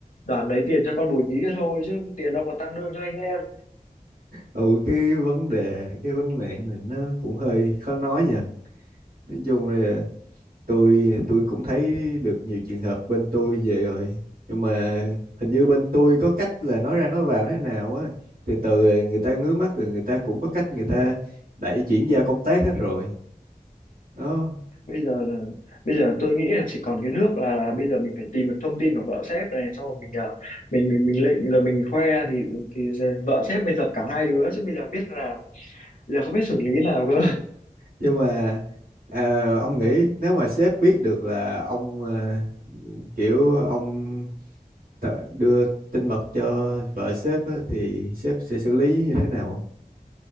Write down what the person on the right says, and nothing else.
ừ cái vấn đề cái vấn đề này nó cũng hơi khó nói nha nói chung là tôi tôi cũng thấy được nhiều trường hợp bên tôi về rồi nhưng mà hình như bên tôi có cách là nói ra nói vào thế nào á từ từ rồi người ta ngứa mắt rồi người ta cũng có cách người ta đẩy chuyển giao công tác hết rồi đó
nhưng mà à, ông nghĩ nếu mà sếp biết được là ông à, kiểu ông tự đưa tin mật cho vợ sếp á, thì sếp sẽ xử lý như thế nào